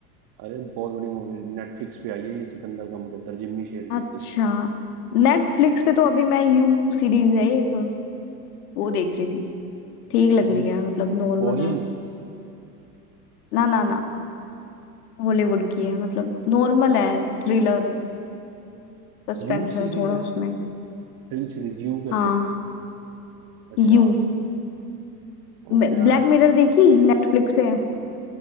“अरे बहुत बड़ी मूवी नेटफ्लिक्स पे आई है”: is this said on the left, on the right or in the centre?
Right